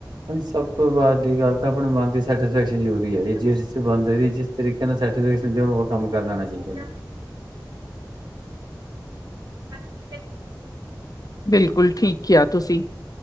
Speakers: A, on the right (about 65°); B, on the left (about 50°).
A: ਹਾਂਜੀ ਸਭ ਤੋਂ ਵਾਢੀ ਗੱਲ ਤਾਂ ਆਪਣੇ ਮਨ ਦੀ ਸੈਟਿਸਫੈਕਸ਼ਨ ਜਰੂਰੀ ਐ ਜੀ। ਜਿਸ ਬੰਦੇ ਦੀ ਜਿਸ ਤਰੀ ਕੇ ਨਾਲ ਸੈਟਿਸਫੈਕਸ਼ਨ ਤੇਨੂੰ ਓ ਕੰਮ ਕਰ ਲੈਣਾ ਚਾਹੀਦੈ ਜੀ। ਹਾਲੀ ਕਿਤੇ ਨਈ
B: ਬਿਲਕੁਲ ਠੀਕ ਕਿਆ ਤੁਸੀ।